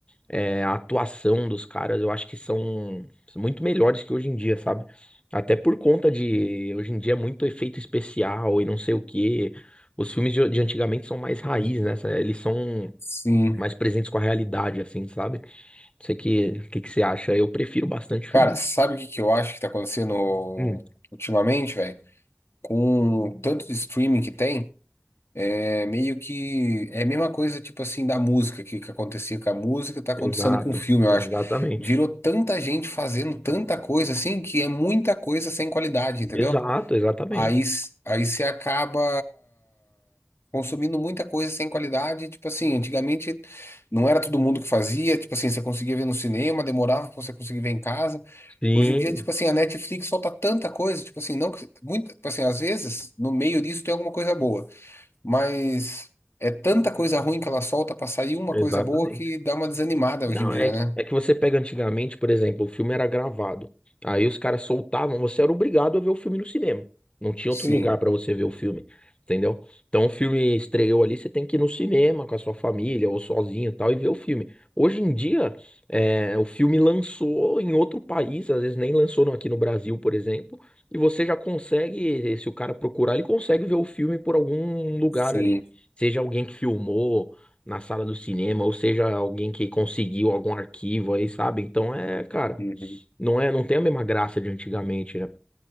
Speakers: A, on the left (about 25°); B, on the left (about 70°).
A: é, a atuação dos caras eu acho que são muito melhores que hoje em dia, sabe? Até por conta de hoje em dia é muito efeito especial e não sei o quê. Os filmes de, de antigamente são mais raiz, né? Eles são
B: Sim.
A: mais presentes com a realidade, assim, sabe? Você que, que que você acha? Eu prefiro bastante filme.
B: Cara, sabe o que que eu acho que tá acontecendo
A: Hum,
B: ultimamente, velho? Com o tanto de streaming que tem, é meio que. É a mesma coisa, tipo assim, da música, que, que acontecia com a música, tá acontecendo
A: exato,
B: com o filme, eu acho.
A: exatamente.
B: Virou tanta gente fazendo tanta coisa assim, que é muita coisa sem qualidade, entendeu?
A: Exato, exatamente.
B: Aí, s- aí você acaba consumindo muita coisa sem qualidade. Tipo assim, antigamente não era todo mundo que fazia. Tipo assim, você conseguia ver no cinema, demorava pra você conseguir ver em casa.
A: Sim,
B: Hoje em dia, tipo assim, a Netflix solta tanta coisa. Tipo assim, não que, muito, tipo assim, às vezes no meio disso tem alguma coisa boa, mas é tanta coisa ruim que ela solta pra sair uma
A: exatamente.
B: coisa boa que dá uma desanimada
A: Não,
B: hoje em dia,
A: é, que-
B: né?
A: é que você pega antigamente, por exemplo, o filme era gravado. Aí os caras soltavam, você era obrigado a ver o filme no cinema. Não tinha
B: Sim,
A: outro lugar pra você ver o filme, entendeu? Então o filme estreou ali, você tem que ir no cinema com a sua família ou sozinho e tal e ver o filme. Hoje em dia, é, o filme lançou em outro país, às vezes nem lançou no- aqui no Brasil, por exemplo, e você já consegue, se o cara procurar, ele consegue ver o filme por algum lugar
B: sim.
A: ali. Seja alguém que filmou na sala do cinema, ou seja, alguém que conseguiu algum arquivo aí, sabe? Então é, cara,
B: Uhum.
A: não é, não tem a mesma graça de antigamente, né?